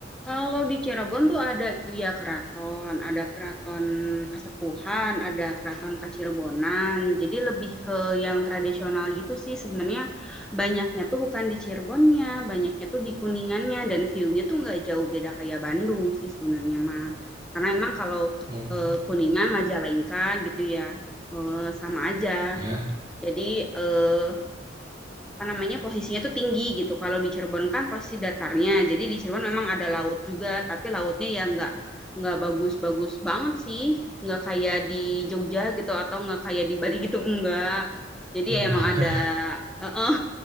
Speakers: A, in the centre; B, on the right (about 20°).
A: Kalau di Cirebon tuh ada itu ya keraton, ada keraton Kasepuhan, ada keraton Kacirebonan. Jadi lebih ke yang tradisional gitu sih sebenarnya banyaknya tuh bukan di Cirebonnya, banyaknya tuh di Kuningannya dan view-nya tuh nggak jauh beda kayak Bandung sih sebenarnya mah. Karena emang kalau
B: Hmm,
A: eh, Kuningan, Majalengka gitu ya eh, sama aja.
B: ya.
A: Jadi eh, apa namanya posisinya tuh tinggi gitu. Kalau di Cirebon kan posisi datarnya. Jadi di Cirebon memang ada laut juga, tapi lautnya ya nggak nggak bagus-bagus banget sih. Nggak kayak di Jogja gitu atau nggak kayak di Bali gitu enggak. Jadi
B: Oh,
A: ya emang ada eh, eh,